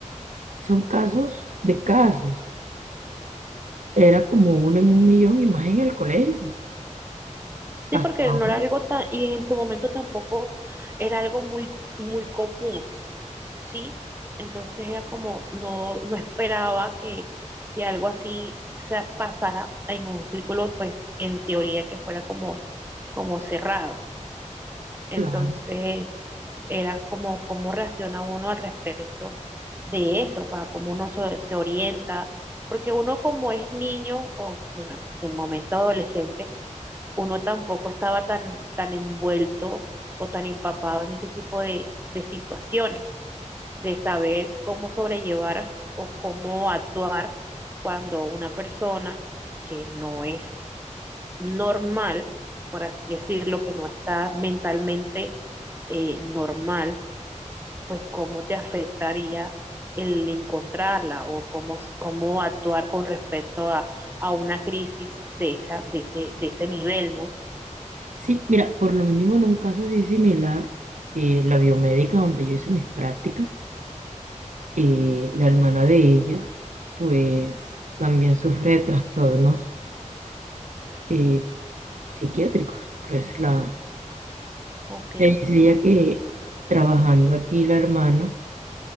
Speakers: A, on the right; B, on the right.
A: son casos de casos. Era como uno en un millón y más en el colegio. porque
B: Sí,
A: pasaba,
B: porque no era algo tan, y en su momento tampoco era algo muy, muy común, ¿sí? Entonces era como, no, no esperaba que, que algo así se pasara en un círculo, pues en teoría que fuera como, como cerrado. Entonces
A: claro.
B: era como, cómo reacciona uno al respecto de eso, para cómo uno se se orienta, porque uno como es niño, o bueno, en su momento adolescente, uno tampoco estaba tan, tan envuelto o tan empapado en ese tipo de, de situaciones, de saber cómo sobrellevar o cómo actuar cuando una persona que no es normal, por así decirlo, que no está mentalmente eh, normal, pues cómo te afectaría el encontrarla o cómo, cómo actuar con respecto a, a una crisis de, esa, de, ese, de ese nivel, ¿no?
A: Sí, mira, por lo mínimo en un caso así similar, eh, la biomédica donde yo hice mis prácticas, eh, la hermana de ella, pues también sufre de trastornos eh, psiquiátricos. Pues la,
B: Ok,
A: me dice ella que trabajando aquí la hermana,